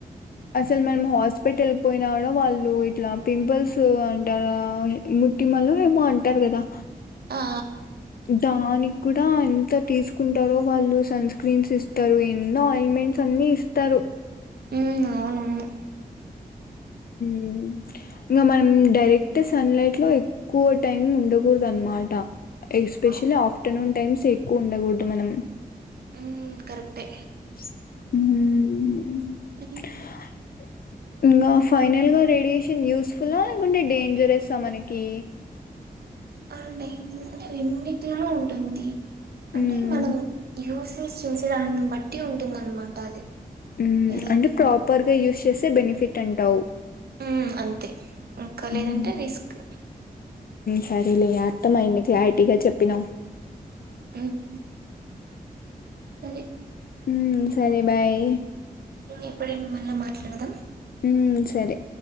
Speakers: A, on the left (about 65°); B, on the right (about 80°).
A: అసలు మనం హాస్పిటల్ పోయిన కూడ వాళ్ళు ఇట్లా పింపుల్స్ అంటా అ ముట్టిమలు ఏమో అంటారు కదా
B: ఆ
A: దానికి కూడా ఎంత తీసుకుంటారో వాళ్ళు సన్‌స్క్రీన్స్ ఇస్తరు. ఎనో ఆయిన్మెంట్స్ అన్ ఈ ఇస్తారు
B: ఉమ్ అవునవును
A: హ్మ్ ఇగ మనం డైరెక్ట్ సన్‌లైట్లో ఎక్కువ టైం ఉండకూడదు అనమాట ఎస్పెషల్లీ
B: అవును
A: ఆఫ్టర్నూన్ టైమ్స్ ఎక్కువ ఉండకూడదు మనం
B: హ్మ్ కరెక్టే
A: హ్మ్ హ్మ్
B: అది
A: బ్లాంక్ ఇంకా ఫైనల్ గా రేడియేషన్ యూస్ఫులా లేకుంటే డేంజరస్సా మనకి
B: అండి అంటే రెండిట్లో ఉంటుంది అంటే
A: మ్మ్.
B: మనం యూస్ స్ చేసే దాన్ని బట్టి ఉంటుందనమాట అది.
A: ఉమ్
B: ఏదైనా
A: అంటే ప్రాపర్గా యూస్ చేస్తే బెనిఫిట్ అంటావు
B: హ్మ్ అంతే ఇంకా
A: మ్మ్.
B: లేదంటే రిస్క్
A: సరేలే అర్ధమైంది క్లారిటీగా చెప్పినవు
B: ఉమ్ సరే
A: ఉమ్ సరే బాయ్
B: ఎప్పుడైనా మళ్ళ మాట్లాడదాం
A: ఉమ్ సరే